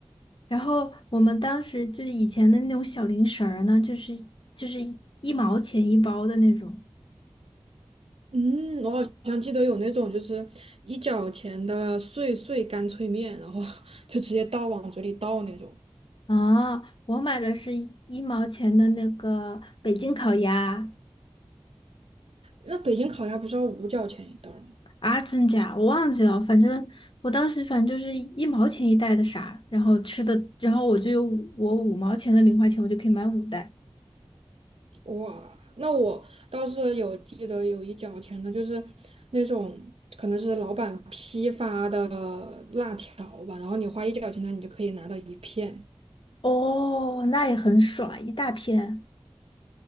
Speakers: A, on the left (about 60°); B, on the right (about 85°).
A: 然后我们当时就是以前的那种小零食儿呢，就是就是一毛钱一包的那种
B: 嗯，我好像记得有那种就是一角钱的碎碎干脆面，然后 <laughs> 就直接倒往嘴里倒那种。
A: 啊。我买的是一一毛钱的那个北京烤鸭
B: 那北京烤鸭不是要五角钱一袋儿吗？
A: 啊，真假我忘记了，反正我当时反正就是一毛钱一袋的啥，然后吃的，然后我就有五我五毛钱的零花钱，我就可以买五袋。
B: 哇，那我倒是有记得有一角钱的，就是那种可能是老板批发的辣条吧，然后你花一角钱呢，你就可以拿到一片，
A: 哦，那也很爽，一大片，